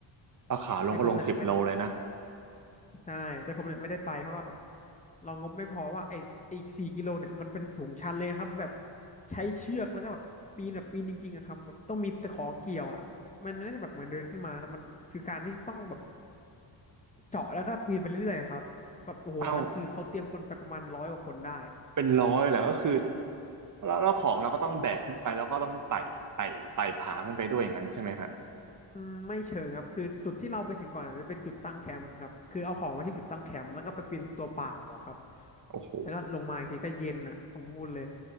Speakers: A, on the right; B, on the left.
A: ราคาลงก็ลงสิบโลเลยนะ
B: แต่ผมเนี่ย ใช่แต่ผมเนี่ยไม่ได้ไปเพราะว่าแบบเรางบไม่พอว่าไอ้ไอ้สี่กิโลเนี่ยมันเป็นสูงชันเลยครับแบบใช้เชือกแล้วก็แบบปีนแบบปีนจริงๆอะครับแบบต้องมีตะขอเกี่ยวอ่ะมันไม่ได้แบบเหมือนเดินขึ้นมานะครับมันคือการที่ต้องแบบเจาะแล้วก็ปีนไปเรื่อยๆอะครับแบบโอ้โหตอนนั้นคือเขาเตรียมคนไปประมาณร้อยกว่าคนได้
A: เอ้า เป็นร้อยแล้วก็คือแล้วแล้วของเราก็ต้องแบกขึ้นไปแล้วก็ต้องไต่ไต่ไต่ผาขึ้นไปด้วยอย่างนั้นใช่ไหมฮะ
B: อืมอืมไม่เชิงครับคือจุดที่เราไปถึงก่อนจะเป็นจุดตั้งแคมป์ครับคือเอาของไว้ที่จุดตั้งแคมป์แล้วก็ไปปีนตัวเปล่าอะครับ
A: โอ้โห
B: แล้วก็ลงมาอีกทีก็เย็นอะผมพูดเลย